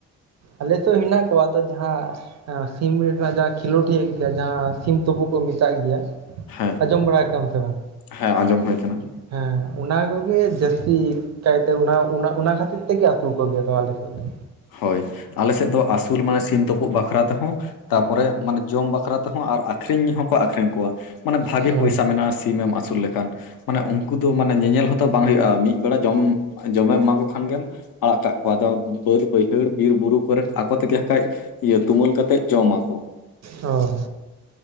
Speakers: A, on the right; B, on the left.
A: ᱟᱞᱮ ᱛᱚ ᱦᱮᱱᱟᱜ ᱠᱚᱣᱟ ᱟᱫᱚ ᱡᱟᱦᱟᱸᱼᱼ ᱥᱤᱢ ᱨᱮᱱᱟᱜ ᱡᱟᱦᱟᱸ ᱠᱷᱮᱞᱳᱰ ᱦᱮᱭᱩ ᱜᱮᱭᱟ ᱡᱟᱦᱟᱸ ᱥᱤᱢ ᱛᱩᱯᱳᱫ ᱠᱚ ᱢᱮᱛᱟᱜ ᱜᱮᱭᱟ᱾
B: ᱦᱮᱸ
A: ᱟᱸᱡᱚᱢ ᱵᱟᱲᱟ ᱠᱟᱜᱼᱟᱢ ᱥᱮ ᱵᱟᱝ?
B: ᱦᱮᱸ ᱟᱸᱡᱚᱢ ᱦᱳᱭ ᱠᱟᱱᱟ᱾
A: ᱦᱮᱸ ᱚᱱᱟ ᱠᱚᱜᱮ ᱡᱟᱹᱥᱛᱤ ᱠᱟᱭᱛᱮ ᱚᱱᱟ ᱚᱱᱟ ᱠᱷᱟᱹᱛᱤᱨ ᱛᱮᱜᱮ ᱟᱹᱥᱩᱞ ᱠᱚᱜᱮᱭᱟ ᱛᱚ ᱟᱞᱮᱼᱼ <unintelligible>
B: ᱦᱳᱭ ᱟᱞᱮ ᱥᱮᱫ ᱫᱚ ᱟᱹᱥᱩᱞ ᱢᱟᱱᱮ ᱥᱤᱢ ᱛᱩᱯᱩᱜ ᱵᱟᱠᱷᱨᱟ ᱛᱮᱦᱚᱸᱼᱼ ᱛᱟᱯᱚᱨᱮ ᱢᱟᱱᱮ ᱡᱚᱢ ᱵᱟᱠᱷᱨᱟ ᱛᱮᱦᱚᱸ ᱟᱨ ᱟᱠᱷᱨᱤᱧ ᱦᱚᱸᱠᱚ ᱟᱠᱷᱨᱤᱧ ᱠᱚᱣᱟ ᱢᱟᱱᱮ ᱵᱷᱟᱜᱤ
A: ᱚ
B: ᱯᱚᱭᱥᱟ ᱢᱮᱱᱟᱜᱼᱟ᱾ ᱥᱤᱢ ᱮᱢ ᱟᱹᱥᱩᱞ ᱞᱮᱠᱷᱟᱱ ᱢᱟᱱᱮ ᱩᱱᱠᱩ ᱫᱚ ᱢᱟᱱᱮ ᱧᱮᱧᱮᱞ ᱦᱚᱸᱛᱚ ᱵᱟᱝ ᱦᱩᱭᱩᱜᱼᱟ ᱢᱤᱫ ᱵᱮᱲᱟ ᱡᱚᱢᱼᱼ ᱡᱚᱢᱮᱢ ᱮᱢᱟ ᱠᱚ ᱠᱷᱟᱱ ᱜᱮᱢ ᱟᱲᱟᱜ ᱠᱟᱜ ᱠᱚᱣᱟ ᱟᱫᱚ ᱵᱟᱹᱫᱽᱼᱼ ᱵᱟᱹᱭᱦᱟᱹᱲ ᱵᱤᱨ ᱵᱩᱨᱩ ᱠᱚᱨᱮ ᱟᱠᱚ ᱛᱮᱜᱮᱠᱷᱟᱡ ᱤᱭᱟᱹ ᱫᱩᱢᱟᱹᱞ ᱠᱟᱛᱮᱫ ᱡᱚᱢ ᱟᱠᱚ᱾
A: ᱚᱼᱼ